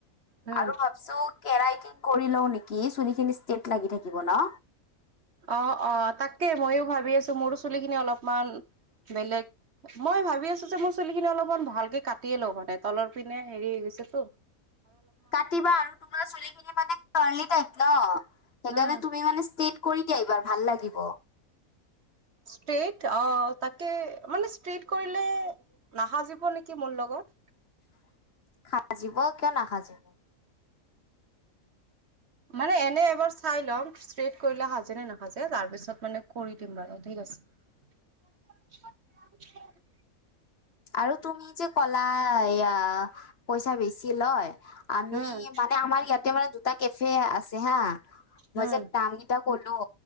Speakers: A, on the right (about 50°); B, on the left (about 45°).
A: উম।
B: আৰু ভাবিছো কেৰাটিন কৰি লও কি চুলিখিনি ষ্টেট লাগি থাকিব ন
A: অ অ তাকে ময়ো ভাবি আছো মোৰো চুলিখিনি অলপমান বেলেগ মই ভাবি আছো যে মোৰ চুলিখিনি অলপমান ভালকে কাটিয়ে লওঁ মানে তলৰ পিনে হেৰি ছে তো
B: কাটিবা আৰু তোমাৰ চুলিখিনি মানে কাৰ্লি টাইপ ন সেইকাৰণে
A: উম,
B: তুমি মানে ষ্টেট কৰি দিয়া এইবাৰ ভাল লাগিব
A: ষ্ট্ৰেইট অ তাকে মানে ষ্ট্ৰেইট কৰিলে নাহাজিব নেকি মোৰ লগত
B: <inaudible> সাজিব কিয় নাসাজিব
A: মানে এনে এবাৰ চাই ল'ম ষ্ট্ৰেট কৰিলে সাজে নে নাখাজে তাৰ পিছত মানে কৰি দিম আৰু ঠিক আছে
B: <inaudible>
A: <unintelligible>
B: আৰু তুমি যে কলা এয়া পইচা বেছি লয় আমি
A: উম,
B: মানে আমাৰ ইয়াতে মানে দুটা কেফে আছে হা মই
A: উম,
B: যে তাম কেইটা ক'লো